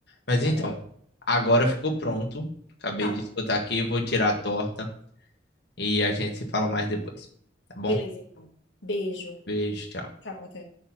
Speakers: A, on the left; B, on the left.
A: Mas então,
B: É,
A: agora ficou pronto. Acabei
B: tá.
A: de escutar aqui, vou tirar a torta e a gente se fala mais depois, tá bom?
B: Beleza, então. Beijo.
A: Beijo, tchau.
B: Tchau, até.